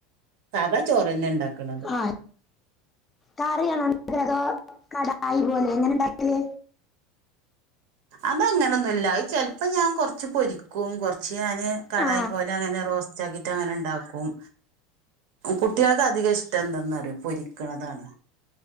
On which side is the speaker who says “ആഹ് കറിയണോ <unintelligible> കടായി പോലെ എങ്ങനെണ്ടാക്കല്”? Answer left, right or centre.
Left